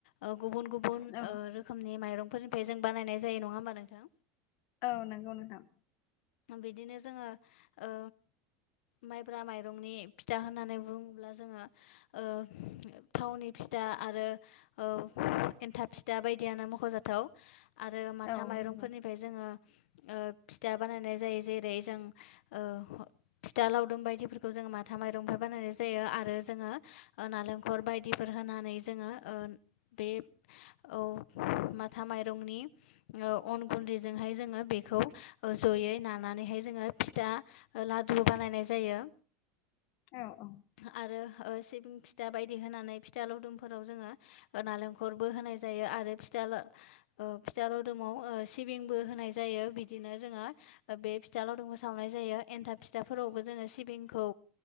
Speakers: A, on the left; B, on the left.
A: ओ गुबुन गुबुन
B: औ
A: ओ रोखोमनि माइरंफोरनिफ्राय जों बानायनाय जायो नङा होमबा नोंथां।
B: औ नंगौ नोंथां
A: बिदिनो जोङो ओ माइब्रा माइरंनि फिथा होननानै बुङोब्ला जोङो ओ थावनि फि था आरो ओ एन्थाब फिथा बायदियानो मख'जाथाव आरो माथा
B: औ
A: माइरंफोरनिफ्राय
B: नंगौ
A: जोङो ओ फिथा बानायनाय जायो जेरै जों ओ फिथा लावदुम बायदिफोरखौ जों माथा माइरंनिफ्रायाय बानायनाय जायो। आरो जोङो ओ नालेंखलर बायदिफोर होनानै जोङो ओ बे औ माथा माइरंनि ओ अन गुन्दैजोंहाय जोङो बेखौ जयै नानानैहाय जोङो फिथा ओ लादु बानायनाय जायो।
B: औ औ
A: आरो ओ सिबिं फिथा बायदि होनानै फिथा लावदुमफोराव जोङो नालेंखलरबो होनाय जायो आरो फि ला ओ फिथा लावदुमाव ओ सिबिंबो होनाय जायो बिदिनो जोङो बे फिथा लावदुमखो सावनाय जायो। एन्थाब फिथाफोरावबो जोङो सिबिंखौ